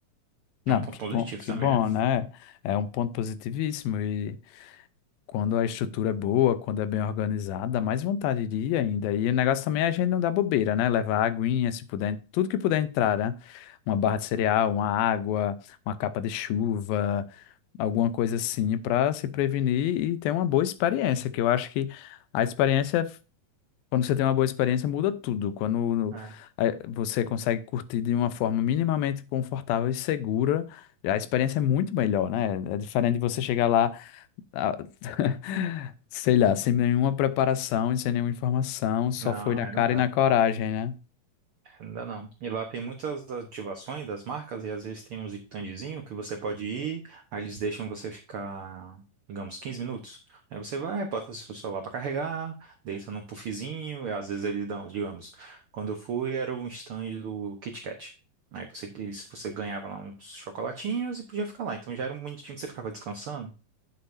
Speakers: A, on the left (about 85°); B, on the right (about 85°).
A: Não,
B: É um ponto
A: que
B: positivo
A: bom, que
B: também,
A: bom,
B: né?
A: né? É um ponto positivíssimo e quando a estrutura é boa, quando é bem organizada, mais vontade iria ainda. E o negócio também é a gente não dar bobeira, né? Levar aguinha, se puder, tudo que puder entrar, né? Uma barra de cereal, uma água, uma capa de chuva, alguma coisa assim para se prevenir e ter uma boa experiência, que eu acho que a experiência quando você tem uma boa experiência, muda tudo. Quando no-
B: É.
A: eh, você consegue curtir de uma forma minimamente confortável e segura, a experiência é muito melhor, né? É diferente de você chegar lá, ah, <laughs> sei lá, sem nenhuma preparação e sem nenhuma informação, só
B: Não,
A: foi na
B: é,
A: cara
B: não dá.
A: e na coragem, né?
B: Não dá não. E lá tem muitas ativações das marcas e às vezes tem uns standzinho que você pode ir, aí eles deixam você ficar, digamos, 15 minutos. Aí você vai, bota seu celular para carregar, deita num puffzinho, e às vezes eles dão, digamos, quando eu fui era um stand do Kit Kat. Aí você, eles- você ganhava lá uns chocolatinhos e podia ficar lá. Então já era um minutinho que você ficava descansando.